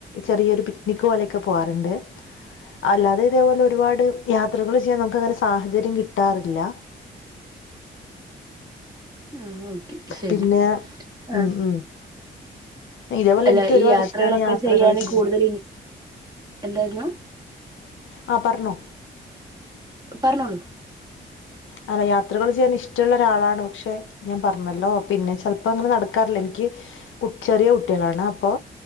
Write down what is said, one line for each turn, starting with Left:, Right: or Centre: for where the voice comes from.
Left: ചെറിയൊരു പിക്നിക് പോലെയൊക്കെ പോവാറ്ണ്ട്. അല്ലാതെ ഇതേപോലെ ഒരുപാട് യാത്രകൾ ചെയ്യാൻ നമുക്ക് അങ്ങനെ സാഹചര്യം കിട്ടാറില്ല.
Right: ആഹ് ഓക്കെ ശെരി
Left: പിന്നെ
Right: ആഹ്
Left: ഉം ഉം ഇതേപോലെ
Right: അല്ല
Left: എനിക്ക് ഒരുപാട്
Right: ഈ യാത്രകളൊക്കെ
Left: ഇഷ്ടമാണ് യാത്രകൾ
Right: ചെയ്യാന്
Left: ചെയ്യാൻ
Right: കൂട്തല് ഇ എന്തായ്രുന്നു
Left: ആഹ് പർണോ
Right: പറഞ്ഞോളൂ.
Left: അല്ല യാത്രകള് ചെയ്യാൻ ഇഷ്ടള്ളെ ഒരാളാണ് പക്ഷെ ഞാൻ പർഞ്ഞല്ലോ പിന്നെ ചേൽപ്പം അങ്ങനെ നടക്കാറില്ല എനിക്ക് ചെറിയ കുട്ട്യാളാണ് അപ്പോ